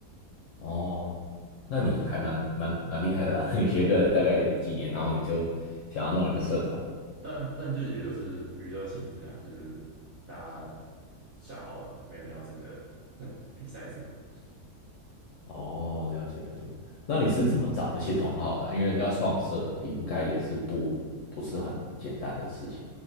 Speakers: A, on the left (about 65°); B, on the right (about 55°).
A: 哦，那你还蛮蛮蛮厉害的啦，
B: 对啊，就是嗯，
A: <laughs> 你学个大概几年，然后你就想要弄一个社团。
B: 但但就也就是娱乐性质啊，就是大家下好玩的，没有要真的 <laughs> 比赛什么的。
A: 哦，了解了解。那你是怎么找那些同好的啊因为要创社，
B: 嗯，
A: 应该也是不不是很简单的事情。